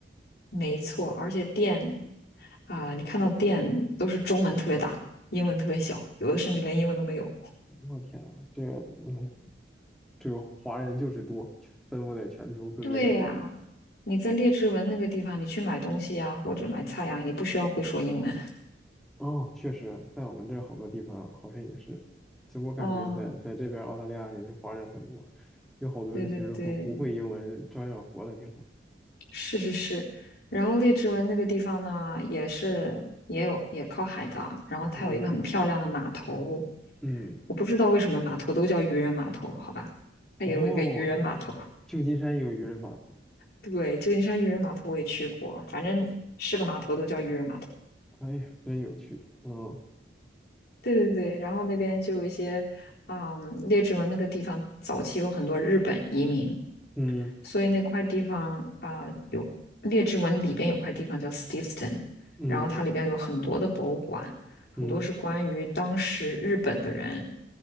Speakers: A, on the left; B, in the centre.
A: 没错，而且店啊、你看到店都是中文特别大，英文特别小，有的甚至连英文都没有。
B: 我天啊，这个嗯这个华人就是多，分布在全球各个角落。
A: 对呀、你在列治文那个地方，你去买东西呀、或者买菜呀、你不需要会说英文。
B: 哦，确实，在我们这儿好多地方好像也是，就我感觉在在这边澳大利亚也是华人很多，
A: 哦，
B: 有好多人其实都不不会英文，
A: 对对对，
B: 照样活得挺好。
A: 是是是。然后列治文那个地方呢，也是也有也靠海的，然后它有一个很漂亮的码头，
B: 嗯嗯，
A: 我不知道为什么码头都叫渔人码头，好吧？它也有一个渔人码头。
B: 哦，旧金山有渔人码头，
A: 对，旧金山渔人码头我也去过，反正是个码头都叫渔人码头。
B: 哎呀，真有趣。嗯
A: 对对对，然后那边就有一些啊、嗯列治文那个地方早期有很多日本移民，
B: 嗯
A: 所以那块地方啊、有列治文里边有块地方叫 Steveston，
B: 嗯
A: 然后它里边有很多的博物馆，很多是关于当时日本的人
B: 嗯